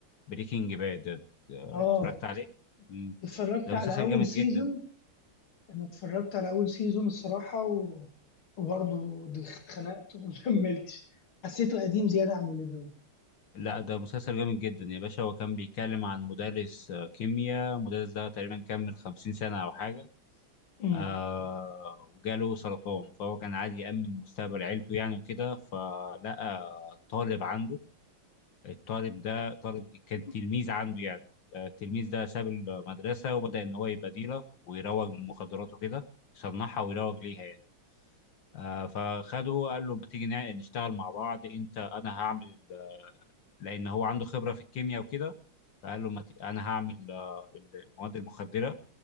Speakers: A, on the left (about 65°); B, on the left (about 85°).
A: بريكنج باد اتفرجت
B: اه
A: عليه مم.
B: اتفرجت
A: ده
B: على
A: مسلسل
B: اول
A: جامد
B: سيزون
A: جدا
B: انا اتفرجت على اول سيزون الصراحه و... وبرضه دي- اتخنقت وما كملتش حسيته قديم زياده عن اللزوم
A: لا ده مسلسل جامد جدا يا باشا هو كان بيتكلم عن مدرس آه، كيمياء المدرس ده تقريبا كمل خمسين سنة أو حاجة
B: امم
A: آه وجاله سرطان فهو كان عايز يأمن مستقبل عيلته يعني وكده فلقى طالب عنده الطالب ده طالب كان تلميذ عنده يعني آه، التلميذ ده ساب المدرسة وبدأ إن هو يبقى ديلر ويروج للمخدرات وكده يصنعها ويروج ليها يعني آه، فخده قال له ما تيجي نع- نشتغل مع بعض أنت أنا هعمل ال- لأن هو عنده خبرة في الكيمياء وكده فقال له ما ت- أنا هعمل آه، المواد المخدرة